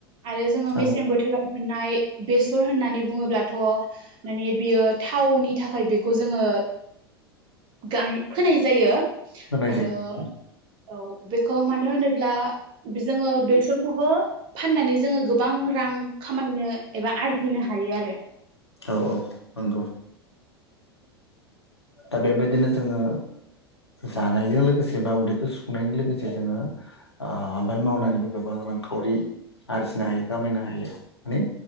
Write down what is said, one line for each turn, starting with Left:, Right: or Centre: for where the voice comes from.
Right: आरो जोङो
Left: औ
Right: मेसें बोथोराव मोननाय बेसर होननानै बुङोब्लाथ' माने बियो थावनि थाखाय बेखौ जोङो गाय फोनाय जायो
Left: फोनाय
Right: आरो
Left: जायो
Right: औ बेखौ मानो होनो ब्ला जोंङो बेफोर खौबो फनानै जोंङो गो बां रां खामायनो एबा आरजिनो हा हायो आरो।
Left: औ औ नंगौ दा बेबायदिनो जोंङो जानायजों लोगोसे बा उदैखौ सुफुंनायनि लोगोजों जोंङो ओ आबाद मावनानैबो गोबां रांखावरि आरजिनो हायो खामायनो हायो ने